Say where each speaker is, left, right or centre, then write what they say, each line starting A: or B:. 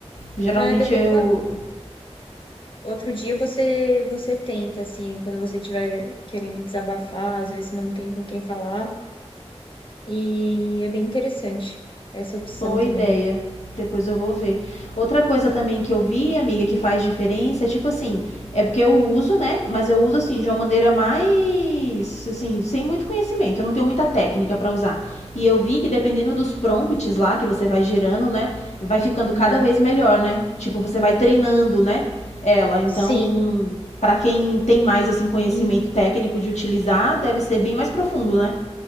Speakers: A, on the left; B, on the left.
A: Geralmente
B: Ah, depois,
A: eu.
B: quando, outro dia você você tenta, assim, quando você estiver querendo desabafar, às vezes não tem com quem falar. E é bem interessante essa opção
A: Boa
B: também.
A: ideia. Depois eu vou ver. Outra coisa também que eu vi, amiga, que faz diferença é tipo assim, é porque eu uso, né? Mas eu uso assim de uma maneira mais assim, sem muito conhecimento, eu não tenho muita técnica pra usar. E eu vi que dependendo dos prompts lá que você vai gerando, né, vai ficando
B: Aham.
A: cada vez melhor, né? Tipo, você vai treinando, né, ela. Então,
B: Sim,
A: pra quem tem mais assim conhecimento
B: Hum,
A: técnico de utilizar, deve ser bem mais profundo, né?